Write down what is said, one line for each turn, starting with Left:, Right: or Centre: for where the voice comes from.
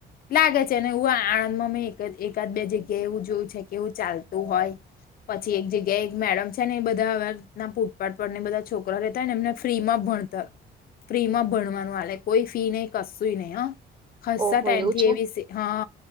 Left: લાગે છે અને એવું આણંદમાં મેં એક એકાદ બે જગ્યા કે એવું જોયું છે કે એવું ચાલતું હોય પછી એક જગ્યાએ એક મેડમ‌ ને એ બધા ના ફૂટપાટ પર ને બધા છોકરા રહેતા ને એમને ફ્રી માં ભણતર ફ્રી માં ભણવાનું વાલે કોઈ ફી નહી કશું નહી હ હસતા
Right: ઓહો
Left: ટાઈમથી
Right: એવું છે
Left: એવી હા